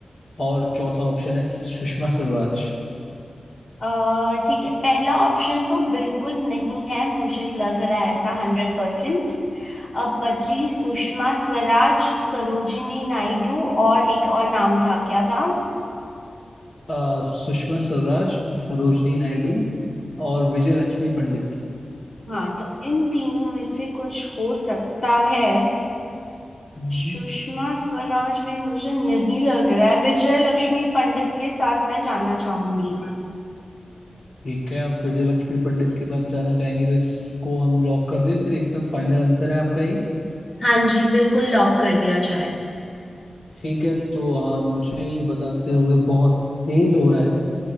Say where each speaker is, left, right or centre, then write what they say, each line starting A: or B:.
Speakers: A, on the left; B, on the left.
A: और चौथा ऑप्शन है सुषमा स्वराज
B: अ ठीक है पहला ऑप्शन तो बिल्कुल नहीं है मुझे लग रहा है ऐसा हंड्रेड परसेंट अब बची सुषमा स्वराज सरोजिनी नायडू और एक और नाम था क्या था
A: अ, सुषमा स्वराज सरोजनी नायडू और विजय लक्ष्मी पंडित
B: हाँ तो इन तीनों में से कुछ हो सकता है
A: हम्म।
B: सुषमा स्वराज में मुझे नहीं लग रहा है विजय लक्ष्मी पंडित के साथ मैं जाना चाहूंगी
A: ठीक है आप विजय लक्ष्मी पंडित के साथ जाना चाहेंगे तो इसको हम लॉक कर दें फिर एकदम फाइनल आंसर है आपका ये
B: हाँ जी बिल्कुल लॉक कर दिया जाए
A: ठीक है तो हाँ मुझे ये बताते हुए बहुत खेद हो रहा है